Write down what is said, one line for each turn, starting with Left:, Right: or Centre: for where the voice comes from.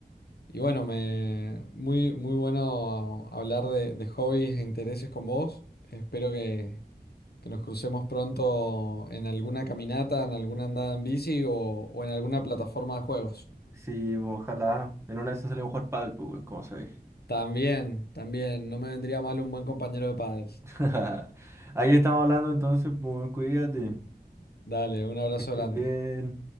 Left: y bueno, me, muy, muy bueno hablar de, de hobbies e intereses con vos. Espero que, que nos crucemos pronto en alguna caminata, en alguna andada en bici o, o en alguna plataforma de juegos.
Right: Sí, pues, ojalá. En una de esas salimos a jugar pádel, pues, weón, como sabéis.
Left: También, también, no me vendría mal un buen compañero de pádel.
Right: <laughs> Ahí estamos hablando entonces, pues, weón, cuídate.
Left: Dale, un abrazo
Right: Que estés
Left: grande.
Right: bien.